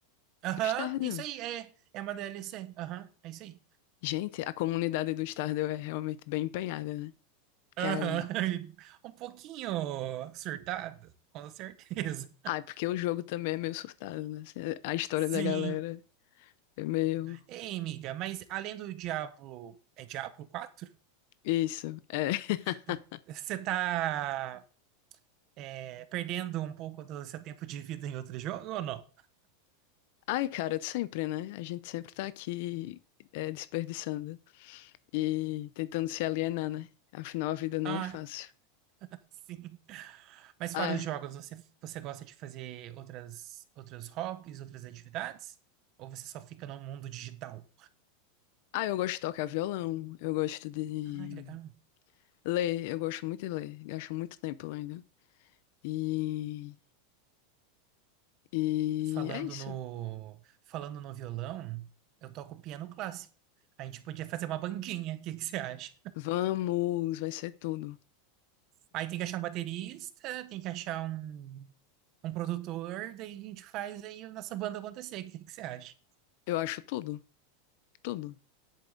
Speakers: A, on the right; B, on the left.
A: Aham,
B: do Stardew.
A: isso aí, é. É uma DLC. Aham, é isso aí.
B: Gente, a comunidade do Stardew é realmente bem empenhada, né?
A: Aham.
B: Cara.
A: <laughs> Um pouquinho surtada, com certeza.
B: Ah, é porque o jogo também é meio surtado, né? A história
A: Sim.
B: da galera é meio.
A: Ei, amiga, mas além do Diablo, é Diablo quatro
B: Isso, é. <laughs>
A: Tipo, Você tá é, perdendo um pouco do seu tempo de vida em outro jogo ou não?
B: Ai, cara, sempre, né? A gente sempre tá aqui é, desperdiçando e tentando se alienar, né? Afinal, a vida não
A: Ah,
B: é fácil.
A: sim. Mas
B: Ah,
A: fora os
B: é.
A: jogos, você, você gosta de fazer outras, outros hobbies, outras atividades? Ou você só fica no mundo digital?
B: ah, eu gosto de tocar violão, eu gosto de
A: Ah, que legal.
B: ler, eu gosto muito de ler, gasto muito tempo lendo. E, e
A: Falando
B: é isso.
A: no, falando no violão, eu toco piano clássico. A gente podia fazer uma bandinha, o que que você acha?
B: Vamos, vai ser tudo.
A: Aí tem que achar um baterista, tem que achar um, um produtor, daí a gente faz aí a nossa banda acontecer, o que que você acha?
B: Eu acho tudo, tudo.